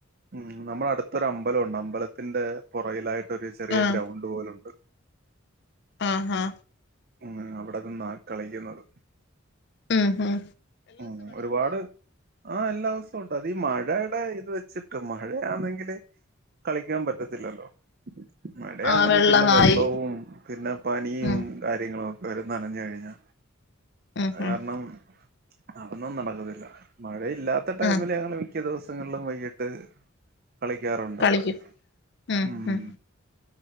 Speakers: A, on the right (about 45°); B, on the left (about 55°).
A: ഉം നമ്മടെ അടുത്തൊരു അമ്പലംണ്ട് അമ്പലത്തിന്റെ പുറകിലായിട്ട് ഒരു ചെറിയ
B: ആഹ്
A: ഗ്രൗണ്ട് പോലുണ്ട്
B: ആഹ് ഹാ
A: ഉം അവിടെ നിന്ന കളിക്കുന്നത്
B: ഉം ഹും
A: ഉം ഒരുപാട് ആഹ് എല്ലാവസം ഉണ്ട് അത് ഈ മഴയുടെ ഇത് വെച്ചിട്ട് മഴയാണെങ്കില് കളിക്കാൻ പറ്റത്തില്ലല്ലോ മഴയാന്നങ്കി
B: ആഹ് വെള്ള
A: പിന്നെ
B: നായി
A: വെള്ളവും പിന്നെ പനിയും
B: ഉം
A: കാര്യങ്ങളും ഒക്കെ വരും നനഞ്ഞ് കഴിഞ്ഞാ
B: ഉം
A: അത്
B: ഉം
A: കാരണം അതൊന്നും നടക്കത്തില്ല മഴ ഇല്ലാത്ത ടൈമില്
B: ആഹ്
A: ഞങ്ങള് മിക്ക ദിവസങ്ങളിലും വൈകിട്ട് കളിക്കാറുണ്ട്
B: കളിക്കും
A: അവിടെ
B: ഉം
A: മം
B: ഉം